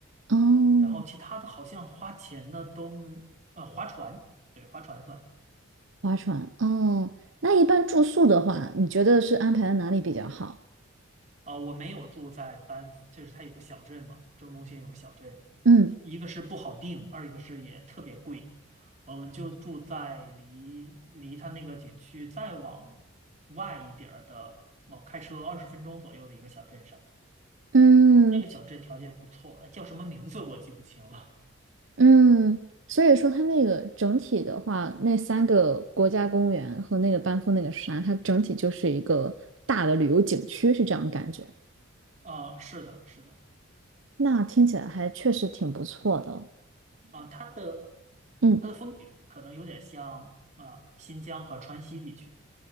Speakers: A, on the right (about 65°); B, on the right (about 35°).
A: 哦，
B: 啊然后其他的好像花钱的都呃划船，对，划船算
A: 划船。哦，那一般住宿的话，你觉得是安排在哪里比较好？
B: 啊、我没有住在班夫就是它有个小镇嘛，正中心有个小镇，
A: 嗯。
B: 一个是不好定，二一个是也特别贵，呃我们就住在离离它那个景区再往外一点儿的，哦，开车二十分钟左右的一个小镇上，
A: 嗯，
B: 那个小镇条件不错，呃叫什么名字我记不清了。
A: 嗯，所以说它那个整体的话，那三个国家公园和那个班夫那个山，它整体就是一个大的旅游景区，是这样感觉。
B: 啊，是的，是的，
A: 那听起来还确实挺不错的。
B: 啊、它的
A: 嗯，
B: 它的风景可能有点像啊、新疆和川西地区